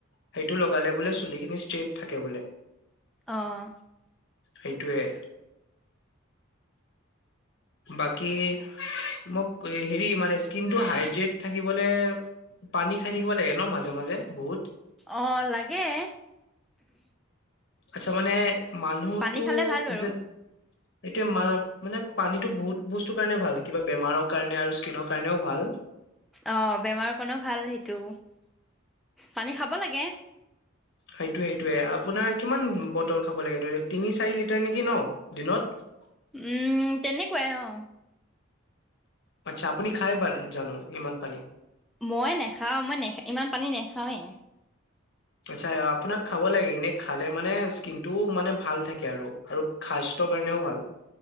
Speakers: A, on the left (about 55°); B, in the centre.
A: সেইটো লগালে বোলে চুলিখিনি ষ্ট্ৰেইট থাকে বোলে।
B: অঁ।
A: সেইটোৱে। বাকী মোক হেৰি মানে স্কিনটো হাইড্ৰেট থাকিবলে পানী খাই থাকিব লাগে ন, মাজে মাজে বহুত।
B: অ, লাগে।
A: আচ্ছা মানে, মানুহটো
B: পানী খালে ভাল বাৰু
A: যেন এতিয়া মান মানে পানীটো বহুত বস্তুৰ কাৰণে ভাল। কিবা বেমাৰ কাৰণে আৰু স্কিনৰ কাৰণেও ভাল।
B: অ, বেমাৰ কাৰণেও ভাল সেইটো। পানী খাব লাগে।
A: সেইটোৱে সেইটোৱে। আপোনাৰ কিমান বটল খাব লাগে <unintelligible> তিনি চাৰি লিটাৰ নেকি ন? দিনত।
B: উম, তেনেকুৱাই অ।
A: আচ্ছা। আপুনি খাই বান জানো ইমান পানী।
B: মই নেখাও। মই নেখ ইমান পানী নেখাওৱে।
A: আচ্ছা, আপোনাক খাব লাগে। এনে খালে মানে স্কিন টো মানে ভাল থাকে আৰু। আৰু খাস্থ্য কাৰণেও ভাল।